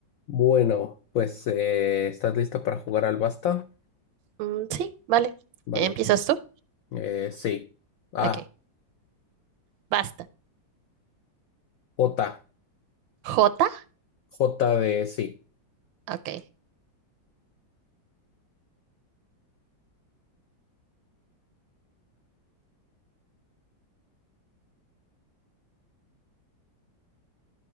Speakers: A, on the left; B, on the right.
A: Bueno, pues eh, ¿estás lista para jugar al basta?
B: Mm, sí, vale.
A: Vale.
B: ¿Empiezas tú?
A: Eh, sí. Ah,
B: Ok. Basta.
A: J.
B: ¿J?
A: J de sí.
B: Ok.